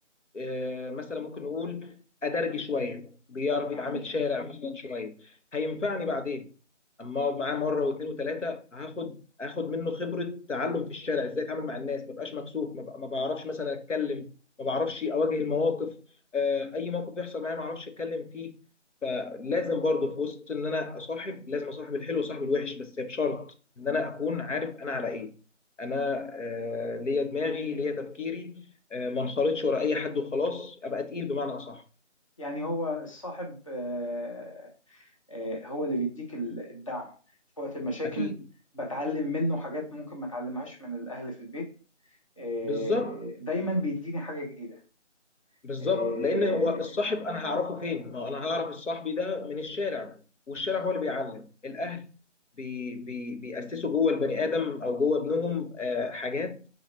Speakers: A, on the left; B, on the left.
A: آه، مثلا ممكن نقول أدرجي شوية بيعرف يتعامل
B: فاهمك
A: شارع مثلا شوية هينفعني بعدين أما أقعد معاه مرة واثنين وثلاثة هاخد هاخد منه خبرة تعلم في الشارع إزاي أتعامل مع الناس ما بقاش مكسوف ما بق- ما بعرفش مثلا أتكلم ما بعرفش أواجه المواقف آه، أي موقف يحصل معايا ما أعرفش أتكلم فيه لازم برضه في وسط ان انا اصاحب لازم اصاحب الحلو وصاحب الوحش بس بشرط ان انا اكون عارف انا على ايه انا آه، ليا دماغي ليا تفكيري آه، ما انخرطش ورا اي حد وخلاص ابقى تقيل بمعنى اصح
B: يعني هو الصاحب آه، آه، هو اللي بيديك ال- الدعم في وقت المشاكل
A: اكيد
B: بتعلم منه حاجات ممكن ما اتعلمهاش من الاهل في البيت آه،
A: بالظبط
B: دايما بيديني حاجة جديدة
A: بالظبط
B: آه،
A: لان هو الصاحب انا هعرفه فين ما هو انا هعرف الصاحبي ده من الشارع والشارع هو اللي بيعلم الاهل بي بي بيأسسوا جوه البني ادم او جوه ابنهم آه، حاجات